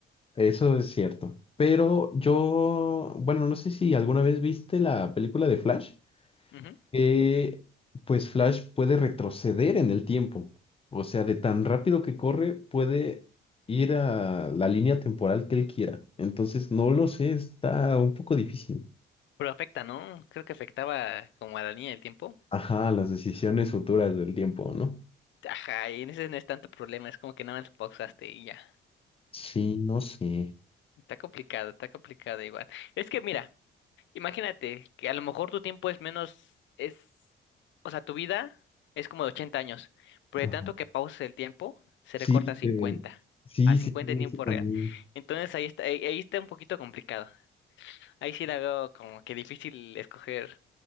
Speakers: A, on the left; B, on the left.
A: eso es cierto. Pero yo, bueno, no sé si alguna vez viste la película de Flash.
B: Ujú.
A: que pues Flash puede retroceder en el tiempo. O sea, de tan rápido que corre, puede ir a la línea temporal que él quiera. Entonces, no lo sé, está un poco difícil.
B: Pero afecta, ¿no? Creo que afectaba como a la línea del tiempo.
A: Ajá, las decisiones futuras del tiempo, ¿no?
B: Ajá, y en ese no es tanto problema, es como que nada más pausaste y ya.
A: Sí, no sé.
B: Está complicado, está complicado igual. Es que mira, Imagínate que a lo mejor tu tiempo es menos, es, o sea, tu vida es como de 80 años, pero de
A: Ajá.
B: tanto que pauses el tiempo, se
A: Sí,
B: recorta a cincuenta
A: te- sí,
B: a 50
A: sí, sí,
B: en tiempo
A: eso
B: real.
A: también
B: Entonces ahí está, ahí ahí está un poquito complicado. Ahí sí la veo como que difícil escoger